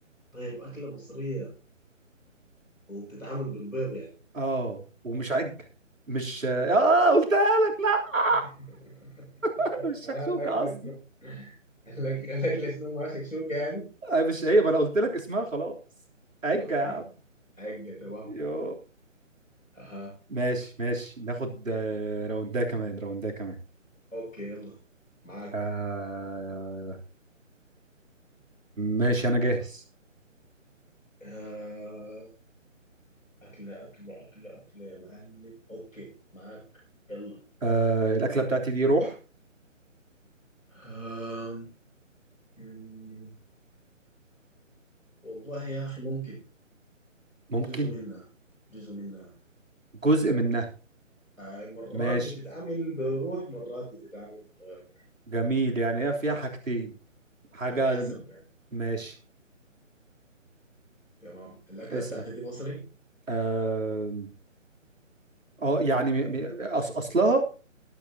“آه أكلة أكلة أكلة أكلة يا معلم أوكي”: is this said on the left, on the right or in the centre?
Left